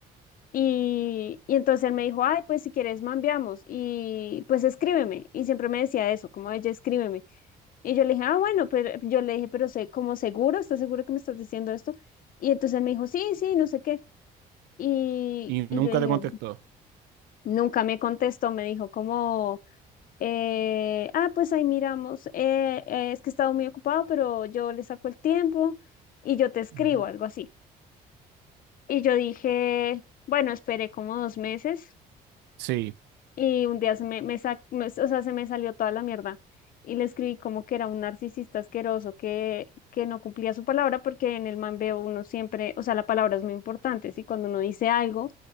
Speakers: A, on the left; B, on the right.
A: Y, y entonces él me dijo, ay, pues si quieres, mambiamos. Y pues escríbeme. Y siempre me decía eso, como ella, escríbeme. Y yo le dije, ah, bueno, pero yo le dije, pero sé, como seguro, ¿estás seguro que me estás diciendo esto? Y entonces él me dijo, sí, sí, no sé qué. Y,
B: Y
A: y
B: nunca
A: yo dije,
B: te contestó.
A: Nunca me contestó, me dijo como, eh, ah, pues ahí miramos, eh, eh, es que he estado muy ocupado, pero yo le saco el tiempo y yo te escribo,
B: Ujú.
A: algo así. Y yo dije, bueno, esperé como dos meses
B: Sí,
A: y un día se me, me sa- me- o sea, se me salió toda la mierda. Y le escribí como que era un narcisista asqueroso que, que no cumplía su palabra, porque en el man veo uno siempre, o sea, la palabra es muy importante, ¿sí? Cuando uno dice algo,